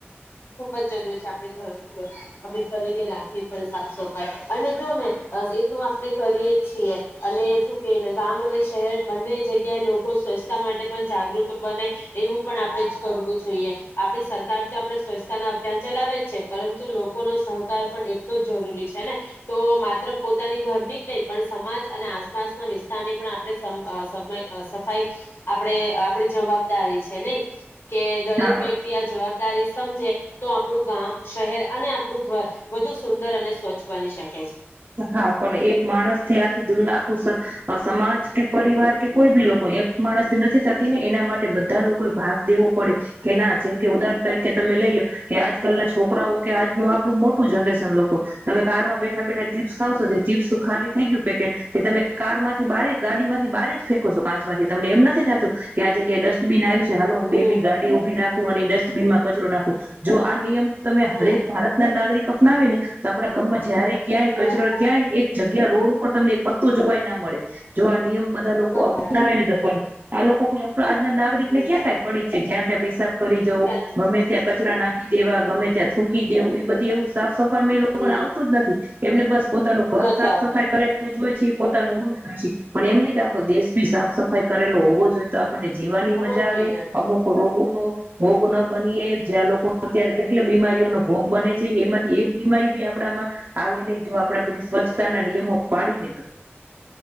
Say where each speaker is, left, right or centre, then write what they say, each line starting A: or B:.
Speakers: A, on the left; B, on the right.
A: ખુબ જ જરૂરી છે. આપણે ઘર ઘર <inaudible> શરીરની રાખવી પણ સાફ સફાઈ અને જોવ ને એ તો આપણેે કરીએ જ છીએ અને શું કેને ગામ અને શહેર બંને જગ્યાએ લોકો સ્વચ્છતા માટે પણ જાગૃત બને એવું પણ આપણે જ કરવું જોઈએ. આપણી સરકાર તો આપણે સ્વચ ના અભિયાન ચલાવે જ છે. પરંતુ લોકોનો સહકાર પણ એટલો જ જરૂરી છે ને તો માત્ર પોતાની ઘરની જ નહી પણ સમાજ અને આસપાસના વિસ્તારની પણ આપણે સમ આ સબ સફાઈ આપણે આપણી જવાબદારી છે નહીં? કે દરેક
B: હા
A: વ્યક્તિ આ જવાબ દારી સમજે તો આપણું ગામ, શહેર અને આપણું ઘર વધુ સુંદર અને સ્વચ્છ બની શક
B: હા, પણ એક માણસથી આખી દુનિયા સમાજ કે પરિવાર કે કોઈ બી લોકો એક માણસ નથી થાતી ને એના માટે બધા લોકોએ ભાગ દેવો પડે કે ના જેમ કે, ઉદાહરણ તરીકે તમે લઈ લો કે આજકાલના છોકરાઓ કે આજનું આપણું મોટું જનરેશન લોકો તમે કારમાં બેઠા બેઠા ચીપ્સ ખાવશો જે ચીપ્સ તો ખાલી થઈ ગયું પેકેટ તે તમે કારમાંથી બારે જ ગાડીમાંથી બારે જ ફેકો છો. કાચમાંથી તમને એમ નથી થતું કે આ જગ્યાએ ડસ્ટબિન આવી છે હાલો હું
A: હમ
B: બે મિનિટ ગાડી ઉભી રાખું અને ડસ્ટ બનમાં કચરો નાખું જો આ નિયમ તમે
A: હમ
B: હરેક ભારતના નાગરિક આપનાવે ને તો આપડા ગામમાં જયારે ક્યાંય
A: હમ
B: કચરો ક્યાંય એક જગ્યા રોડ ઉપર તમે એક પત્તુ ય જોવાય ના મળે. જો આ નિયમ બધા લોકો
A: ના
B: અપનાવે
A: મળે
B: ને તો પણ આ લોકો આજના નાગરિકને
A: હમ
B: ક્યાં કાંઈ પડી જ છે જ્યાં ત્યા પીસાબ કરી જવું,
A: ક્યાં નથી
B: ગમે
A: પડે
B: ત્યાં કચરા નાખી દેવા ગમે ત્યાં થૂંકી દેવું એ બધી એવું સાફ સફ માં એ લોકોને
A: હમ
B: આવતું જ નથી બસ પોતાનું ઘર
A: નથી
B: સાફ
A: આવતું
B: સફાઈ કરેલું જોઈ હોઈ છે પોતાનું <inaudible> હોય છે પણ એમ નઈ કે આપડો દેશ ભી સાફ સફાઈ કરેલો હોવો જોઈએ તો આ પણને જીવાનીય
A: હોવો
B: મજા આવે.
A: જ જોઈએ
B: અમુક રોગોનો
A: હમ
B: ભોગ ન બનીએ. જ્યાં લોકો અત્યારે કેટલી બીમારીઓનો ભોગ બને છે એમાંથી એક બીમારી બી આપડામાં આવી નઈ. જો આપણેે બધી સ્વચ્છતાના નિયમો પાડીને તો